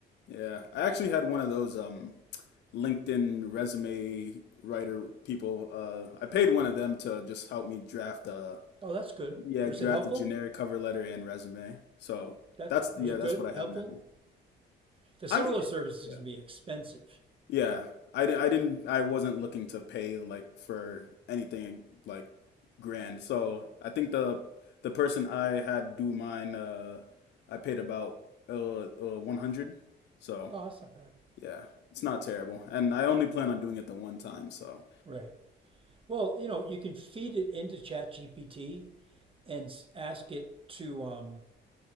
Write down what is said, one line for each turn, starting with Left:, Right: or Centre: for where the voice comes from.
Left: yeah, I actually had one of those um LinkedIn resume writer people. Uh, I paid one of them to just help me draft a
Right: oh that's good
Left: Yeah,
Right: was
Left: draft
Right: it helpful
Left: a generic cover letter and resume. So
Right: that's
Left: that's
Right: was
Left: yeah,
Right: it
Left: that's
Right: good
Left: what I have
Right: helpful
Left: now.
Right: because
Left: I'm
Right: some of those services
Left: yeah,
Right: can be expensive
Left: yeah. I, di- I didn't I wasn't looking to pay like for anything like grand. So I think the the person I had do mine, uh, I paid about uh, uh 100. So
Right: oh that's not bad
Left: yeah, it's not terrible, and I only plan on doing it the one time. So
Right: right well you know you can feed it into ChatGPT and ask it to um